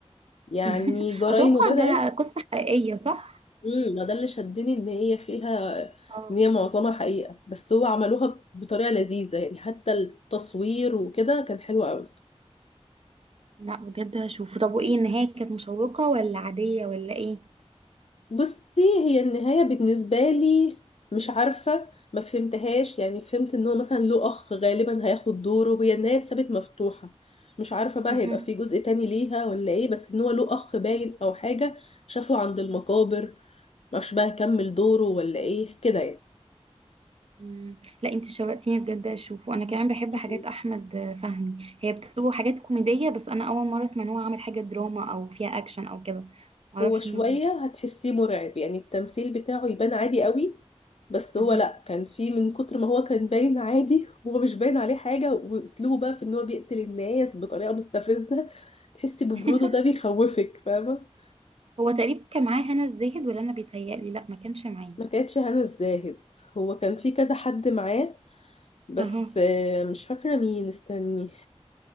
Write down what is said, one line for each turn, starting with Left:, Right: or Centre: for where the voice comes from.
Left: يعني
Right: <laughs>
Left: جرايمه
Right: اتوقع
Left: بدأت
Right: ده قصة حقيقية صح
Left: امم ما ده اللي شدني ان هي فيها
Right: اه
Left: ان هي معظمها حقيقة بس هو عملوها بطريقة لذيذة يعني حتى التصوير وكده كان حلو قوي
Right: لا بجد هشوفه طب وايه النهاية كانت مشوقة ولا عادية ولا ايه
Left: بصي هي النهاية بالنسبة لي مش عارفة ما فهمتهاش يعني فهمت ان هو مثلا له اخ غالبا هياخد دوره هي النهاية اتسابت مفتوحة مش عارفة بقى
Right: اها
Left: هيبقى في جزء تاني ليها ولا ايه بس ان هو له اخ باين او حاجة شافه عند المقابر معرفش بقى هيكمل دوره ولا ايه كده
Right: مم. لا انت شوقتيني بجد اشوفه انا كمان بحب
Left: يعني
Right: حاجات احمد فهمي هي بتبقى حاجات كوميدية بس انا اول مرة اسمع ان هو عامل حاجة دراما او فيها اكشن او كده معرفش
Left: هو شوية
Right: ان هو
Left: هتحسيه مرعب يعني التمثيل بتاعه يبان عادي قوي بس هو
Right: المسلسل
Left: لأ كان فيه من كتر ما هو كان باين عادي <laughs> هو مش باين عليه حاجة وأسلوبه بقى في إن هو بيقتل الناس بطريقة مستفزة تحسي ببروده
Right: <laughs>
Left: ده بيخوفك فاهمة
Right: هو تقريبا كان معاه هنا الزاهد ولا انا بيتهيألي لا ما كانش معاه
Left: ما كانتش هنا الزاهد هو كان فيه كذا حد معاه بس
Right: اها
Left: آه، مش فاكرة مين استني